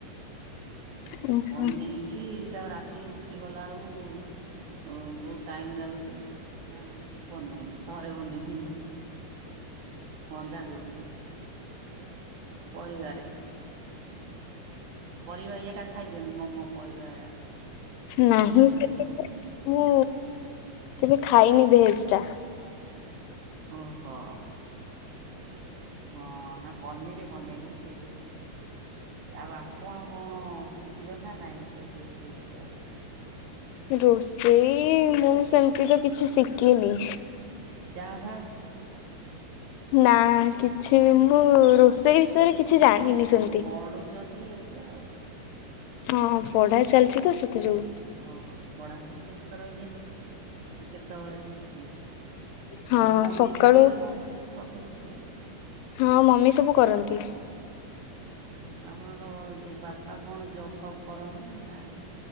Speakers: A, on the right (about 70°); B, on the left (about 85°).
A: ଆଉ
B: ଓହୋ।
A: ବନେଇେକି ତାକୁ ରାତି ରାତିକି ରୁଟି କଲାବେଳକୁ ବହୁତଉ ଟାଇମ୍ ଲାଗୁଛି ଆଉ ବନଉନି। ଥରେ ବନେଇ ଥିନି ବନ୍ଧା କୋବିରେ। ପରିବାରେ ସବୁ। ପରିବା ଇଏଟା ଖାଇଛନ୍ତି ମୋମୋ ପରିବା
B: ନାହିଁ
A: ବନ୍ଧାକୋବି
B: ସେ
A: ହଉ
B: ମୁଁ କେବେ ଖାଇନି ଭେଜ ଟା
A: ଓହୋଃ। ହଁ ନା ପନିର ବନେଇନି ସେଇଥିରେ ଆଉ ଆପଣ କଣ ଶିଖିଛନ୍ତି ନା ନାଇଁ ରୋସେଇ ଫୋ ସେଇ ବିଷୟ ରେ
B: ରୋଷେଇ ମୁଁ ସେମିତି ତ କିଛି ସିକିନି
A: ଚାଫା
B: ନା କିଛି ବି ମୁଁ ରୋଷେଇ ବିଷୟରେ କିଛି ଜାଣିନି ସେମିତି
A: ପଢ଼ୁଛନ୍ତି ଏବେ ଆଉ
B: ହଁ ପଢା ଚାଲିଛି ତ ସେଥି ଯୋଗୁଁ
A: ହଁ ପଢା ପଢ଼ି ବେସ୍ତ ରହିନେ କେତେବେଳେ ଶିଖିବେ
B: ହଁ
A: ତା ପରେ ମମି
B: ସକାଳୁ
A: ଥିବେ ମମି କରୁଦଉଥିବେ ଆଉ
B: ହଁ ମମି ସବୁ କରନ୍ତି
A: ଓ ହୋ ଆପଣଙ୍କ ଯେଉଁ ବାପା କଣ ଜବ୍ ଫବ୍ କରନ୍ତି ନା ନା